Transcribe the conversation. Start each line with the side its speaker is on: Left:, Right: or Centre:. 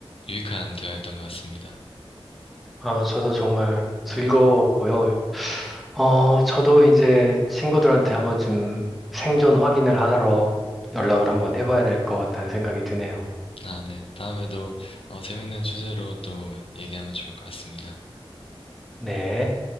Left: 유익한 대화였던 것 같습니다.
Centre: 아, 저도 정말 즐거웠고요. 어, 저도 이제 친구들한테 한번 좀 생존 확인을 하러 연락을 한번 해봐야 될 것 같다는 생각이 드네요.
Left: 아, 네. 다음에도 어, 재밌는 주제로 또 얘기하면 좋을 것 같습니다.
Centre: 네.